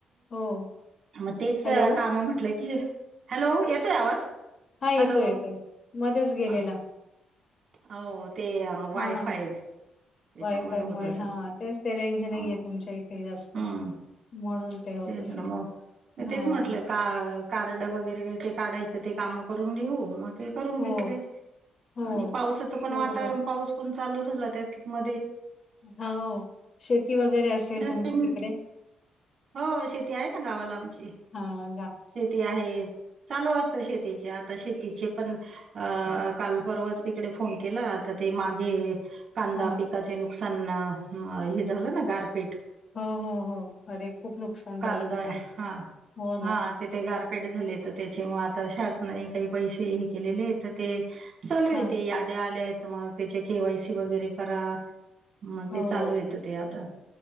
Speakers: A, on the left; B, on the right.
A: हो.
B: मग तेच
A: हॅलो,
B: काम म्हटलं की..... हॅलो, येतोय आवाज
A: हां, येतोय,
B: हॅलो.....
A: येतोय. मध्येच गेलेला....
B: हा हा हो ते वायफाय
A: हां,
B: त्याच्यामुळे
A: वायफायमुळे.
B: होत असेल....
A: हां, तेच ते रेंज नाही
B: ह
A: आहे तुमच्या इथे जास्त
B: हम्म
A: म्हणून ते होत.....
B: मग
A: असेल. हां.
B: तेच म्हटलं.... का कार्ड वगैरे ते काढायचं ते काम करून घेऊ मग.... ते करून
A: हो,
B: घेतले.
A: हो.
B: आणि पावसाच पण
A: बरोबर.
B: वातावरण पाऊस.... पण चालू झालं त्यात मध्ये....
A: हो शेती वगैरे असेल
B: नवीन
A: तुमच्या तिकडे.....
B: हो शेती आहे ना गावाला आमची...
A: हा....
B: शेती आहे. चालू असत शेतीचे आता... आता शेतीचे पण अ काल परवाच तिकडे फोन केला आता ते मागे.... कांदा
A: हां.
B: पिकाचे नुकसान हे झालं ना गारपीट.....
A: हो हो हो अरे खूप नुकसान
B: कांदा
A: झालं तिथे......
B: हा
A: हो ना.
B: हा..... तिथे गारपेट झाले तर त्याच्या म आता शासनाने काही पैसे हे केलेले आहेत तर ते चालू आहे
A: हां.
B: तेे याद्या आल्या आहेत. मग त्याच्या केवायसी वगैरे करा.... मग ते
A: हो,
B: चालू येतं ते आता....